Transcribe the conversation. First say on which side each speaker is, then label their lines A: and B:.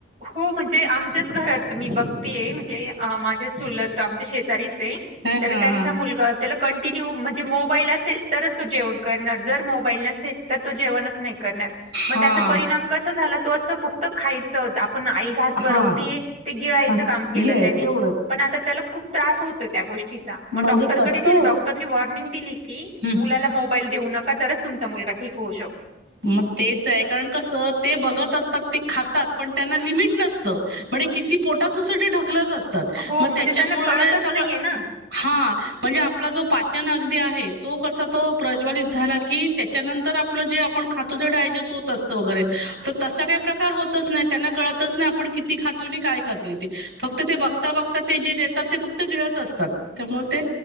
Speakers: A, on the right; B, on the right.
A: हो म्हणजे आमच्याच घरात मी बघतीये म्हणजे अं माझ्या चुलत आमच्या शेजारीच ये
B: हा
A: तर
B: हा
A: त्यांचा मुलगा त्याला कंटिन्यू म्हणजे मोबाईल असेल तरच तो जेवण करणार जर मोबाईल नसेल तर तो जेवणच नाही. करणार मग
B: हा
A: त्याचा परिणाम कसा झाला तो फक्त खायच. पण आई घास भरवतीये
B: हा
A: ते गिळायचं
B: हा
A: काम केलं
B: घ्यायच
A: त्याने
B: एवढंच
A: पण आता त्याला खूप त्रास होतो. त्या गोष्टीचा मग
B: म्हणजे
A: डॉक्टर
B: कसं
A: कडे नील
B: होत
A: डॉक्टर नि वॉर्निंग दिली की
B: हम्म
A: मुलाला मोब मोबाईल देऊ नका तरच तुमचा मुलगा ठीक होऊ शकतो.
B: मग तेच आहे कारण कस ते बघत असतात ते खातात पण त्यांना लिमिट नसतं पण ते किती पोटात दुसरे ढकलत असतात
A: हो,
B: म
A: म्हणजे
B: त्याच्यामुळे
A: त्यांना कळतच
B: जे सगळ.
A: नाहीये ना.
B: हा म्हणजे आपला जो पाय दीप प्रज्वलन आहे तो कसा तो प्रज्वलित झाला की त्याच्यानंतर आपलं जे आपण खातो ते डायजेस्ट होत असत वैगेरे तर तसा काही प्रकार होतच नाही त्यांना काळातच नाही. आपण किती खातोय आणि काय खातोय ते फक्त ते बघता बघता ते जे देतात ते फक्त गिळत असतात. ते